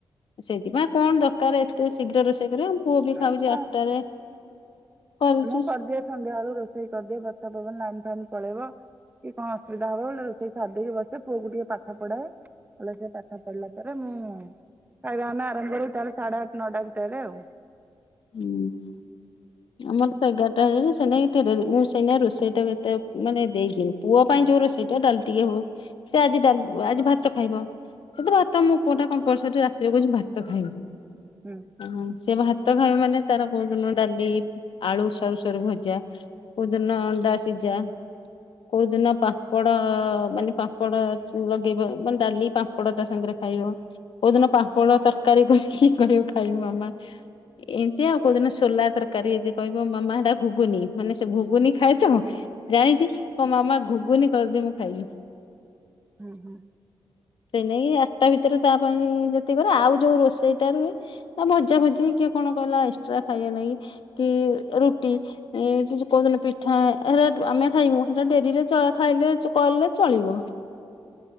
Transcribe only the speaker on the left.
ସେଇଥିପାଇଁ କଣ ଦରକାର। ଏତେ ଶୀଘ୍ର ରୋଷେଇ କରିବ ଆମ ପୁଅ ବି
ଖାଉଛି ଆଠଟାରେ କରୁଛି।
ହୁଁ ଆମର ତ ଏଗାରଟା ହେ ସେନାଇ ଏତେ ଡେରି ମୁଁ ସେନାଇ ରୋଷେଇ ଟା କେତେ ମାନେ ଦେଇଛିିନି ପୁଅ ପାଇଁ ଯୋଉ ରୋଷେଇ ଟା ଡାଲି ଟିକେ ହଉ ସେ ଆଜି ଡା ଆଜି ଭାତ ଖାଇବ ସେ ଭାତ ମୁ ପୁଅଟା କମ୍ପୋଲ୍ସୋରୀ ରାତିରେ କହୁଛି ଭାତ ଖାଇମି।
ହଁ ସେ <unintelligible> ଭାତ ଖାଇବ ମାନେ ତାର କୋଉ ଦିନ ଡାଲି ଆଳୁ ସରୁ ସରୁ ଭଜା କୋଉଦିନ ଅଣ୍ଡା ସିଝା କୋଉ ଦିନ ପାମ୍ପଡ଼ ମାନେ ପାମ୍ପଡ଼ ଲଗେଇବ ମାନେ ଡାଲି ପାମ୍ପଡ ତା ସାଙ୍ଗରେ ଖାଇବ କୋଉଦିନ ପାମ୍ପଡ଼ ତରକାରୀ କରୀକି କହିବ ଖାଇବ ମାମା। ଏମତି ଆଉ କୋଉଦିନ ସୋଲା ତରକାରୀ ଯଦି କହିବ ମାମା ଏଟା ଘୁଗୁନି ମାନେ ସେ ଘୁଗୁନି ଖାଏ ତ ଜାଣିଛି କହିବ ମାମା ଘୁଗୁନି କରିଦେ ମୁଁ ଖାଇବି।
ସେଇ ନେଇ ଆଠଟା ଭିତରେ ତା ପାଇଁ ଯେତିକି କରେ ଆଉ ଯୋଉ ରୋଷେଇଟା ରୁହେ ଭଜା ଭଜି କି କଣ କହିଲା ଏକ୍ସଟ୍ରା ଖାଇବା ନାଗି କି ରୁଟି କି କୋଉଦିନ ପିଠାଟ ଆମେ ଖାଇବୁ ସେଟା ଡେରିରେ ଖାଇଲେ କଲେ ଚଳିବ